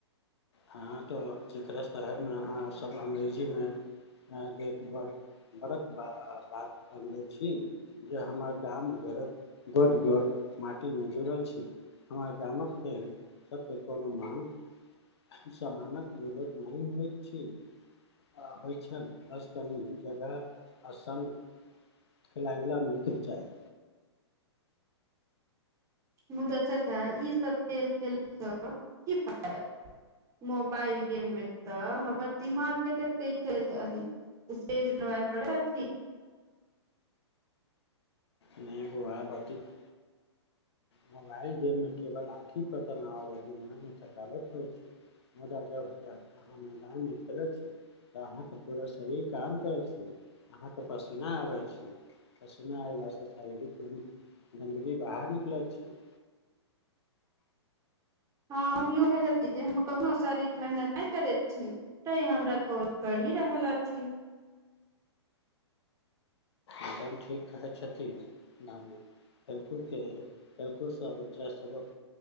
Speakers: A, on the left; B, on the right.
A: हँ तऽ जेकरा शहरमे अहाँसब अंग्रेजीमे। देख बर बरक ब बात बनबै छी। जे हमर गाम घरक गोट-गोट माटीमे जुड़ल छी। हमर गामक खेल सबके कोनो महान। सानक जरूरत नहि होइत छी। आ होय छल बस कनि जगह आ संग। खिलाई वाला मित्र चाही
B: मुदा चच्चा ई सब खेल खेलसँ की फायदा। मोबाइल गेममे तऽ हमर दिमाग केते तेज चलै अहि। स्टेज बनबाए पड़े अछि।
A: नै बउवा भतिक मोबाइल गेममे केवल आँखि प तनाव आ दिमाग में थकावट होए छी। मदार जब हतै अहाँ मैदान मे खेलै छी। तऽ अहाँके पूरा शरीर काम करै छी। अहाँके पसीना आबै छी। पसीना अयला से शारीरिक गन गन्दगी बाहर निकलैत छी।
B: हँ हम वैह जनती जे हम कखनो शारीर मेहनत नहि करैत छी। तैं हमरा तोंद बढ़ि रहल अछि।
A: एकदम ठीक कहै छथि, ना लेब। ेलनकुके ेलकु <unintelligible> सँ बच्चाभक।